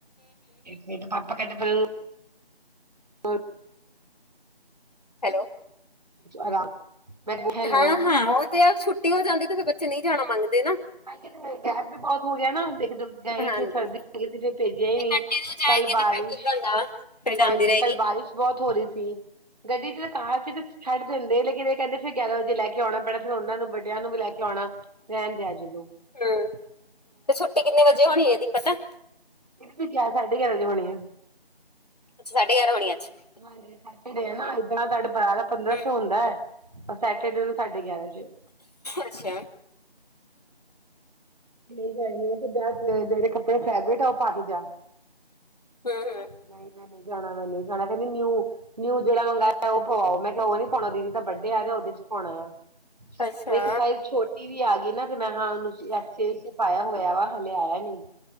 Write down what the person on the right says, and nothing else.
ਫਿਂਦੇ ਪਾਪਾ ਕਹਿੰਦੇ ਪਹਿਲਾਂ ਹਾਂ
ਆਰਾਮ ਮੈਂ ਹੈਲੋ
ਆ ਗੈਪ ਵੀ ਬਹੁਤ ਹੋ ਗਿਆ ਨਾ ਦੇਖਦੇ ਗਈ
ਫਿਰ ਸਰਦੀ
ਲਗ ਗਗੀ ਸੀ, ਫਿਰ ਭੇਜਿਆ ਹੀ ਨਹੀ।
ਕੱਲ ਬਾਰਿਸ਼,
ਹਾਂਜੀ।
ਕੱਲ ਬਾਰਿਸ਼ ਬਹੁਤ ਹੋ ਰਹੀ ਸੀ ਗੱਡੀ ਚ ਤਾਂ ਕਾਰ ਸੀ ਤੇ ਛੱਡ ਦਿੰਦੇ ਲੇਕਿਨ ਕਹਿੰਦੇ ਫਿਰ ਗਿਆਰਾਂ ਵਜੇ ਲੈ ਕੇ ਆਉਣਾ ਪੈਣਾ। ਫਿਰ ਉਹਨਾਂ ਨੂੰ, ਵੱਡਿਆਂ ਨੂੰ ਵੀ ਲੈ ਕੇ ਆਉਣਾ। ਰਹਿਣ ਦੇ ਅਜ ਤੂੰ।
ਇਹਦੇ ਗਿਆਰਾਂ, ਸਾਢੇ ਗਿਆਰਾਂ ਵਜੇ ਹੋਣੀ ਐ।
ਨਾ ਏਦਾਂ ਤੁਹਾਡੇ ਬਾਰਾਂ ਪੰਦਰਾਂ
ਚ ਹੁੰਦਾ। ਸੈਟਰਡੇ ਨੂੰ ਸਾਡੇ ਗਿਆਰਾਂ ਵਜੇ।
ਨਹੀਂ ਕਰਦੀ ਹੈ ਤੇ ਜਿਹੜੇ ਕੱਪੜੇ ਫੈਵਰੇਟ ਆ ਉਹ ਪਾ ਕੇ ਜਾ।
ਨਹੀਂ ਮੈਂ ਨਹੀਂ ਜਾਣਾ ਮੈਂ ਨਹੀਂ ਜਾਣਾ ਕਹਿੰਦੀ ਨਿਊ ਨਿਊ ਜਿਹੜਾ ਮੰਗਾਇਆ ਉਹ ਪਵਾਓ ਮੈੈਂ ਕਿਹਾ ਉਹ ਨੀ ਪਾਉਣਾ ਦੀਦੀ ਦਾ ਬਡੇ ਆ ਰਿਹਾ ਉਹਦੇ ਚ ਪਾਉਣਾ ਆ।
ਉਹ ਇੱਕ ਸਾਇਜ ਛੋਟੀ ਵੀ ਆ ਗਈ ਨਾ ਤੇ ਮੈਂ ਹਾਂ ਉਹਨੂੰ ਪਾਇਆ ਹੋਇਆ ਵਾ। ਹਲੇੇ ਆਇਆ ਨੀ।